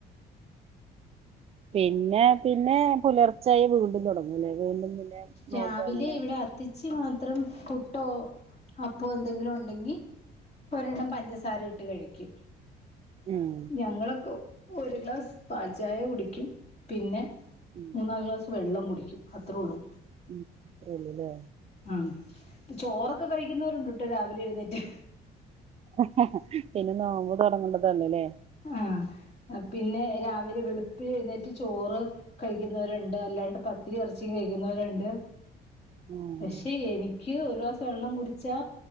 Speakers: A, on the right (about 35°); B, on the left (about 40°).
A: പിന്നെ പിന്നെ പുലർച്ചായി വീണ്ടും തുടങ്ങൂല്ലേ വീണ്ടും നോമ്പ്
B: രാവിലെ
A: അങ്ങനെ
B: ഇവിടെ അത്തിച്ചി മാത്ര അത്രം പുട്ടോ അപ്പോ എന്തെങ്കിലും ഉണ്ടെങ്കിൽ ഒരെണ്ണം പഞ്ചസാര ഇട്ട് കഴിക്കും
A: ഉം
B: ഞങ്ങളൊക്കെ ഒരു ഗ്ലാസ് പാൽചായ കുടിക്കും പിന്നെ
A: ഉം
B: മൂന്നാല് ഗ്ലാസ് വെള്ളം കുടിക്കും അത്രേ ഉള്ളൂ
A: ഉം അതേല്ലേ
B: ആ ചോറൊക്കെ കഴിക്കുന്നവരുണ്ട്ട്ടോ രാവിലെ എഴുന്നേറ്റ്
A: ഹ ഹാ പിന്നെ നോമ്പ് തുടങ്ങണ്ടതല്ലേല്ലേ
B: ആ പിന്നെ രാവിലെ വെളുപ്പിന് എഴുന്നേറ്റ് ചോറ് കഴിക്കുന്നവരുണ്ട് അല്ലാണ്ട് പത്തിരി ഇറച്ചി കഴിക്കുന്നവരുണ്ട്
A: ആഹ്
B: പക്ഷെ എനിക്ക് ഒരു ഗ്ലാസ് വെള്ളം കുടിച്ചാ